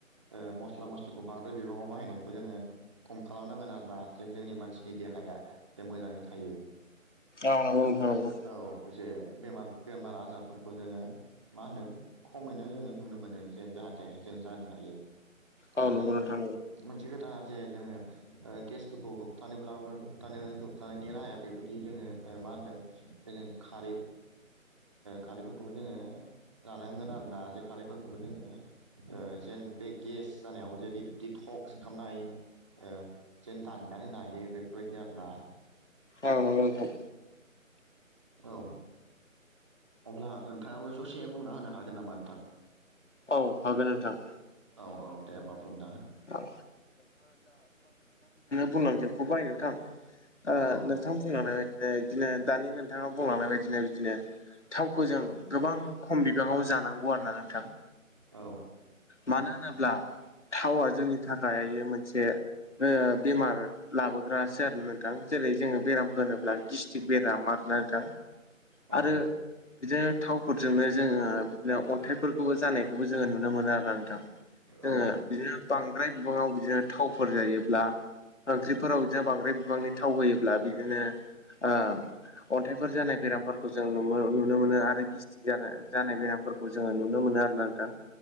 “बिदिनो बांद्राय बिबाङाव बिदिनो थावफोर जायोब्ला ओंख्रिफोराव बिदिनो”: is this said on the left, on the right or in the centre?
Left